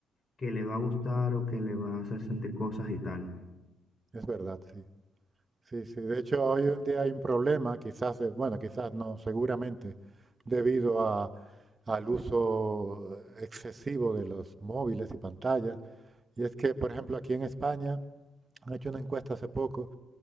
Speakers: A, on the left; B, on the right.
A: que le va a gustar o que le va a hacer sentir cosas y tal.
B: es verdad, sí. Sí, sí. De hecho, hoy en día hay un problema, quizás, de- bueno, quizás no, seguramente, debido a- al uso excesivo de los móviles y pantallas. Y es que, por ejemplo, aquí en España han hecho una encuesta hace poco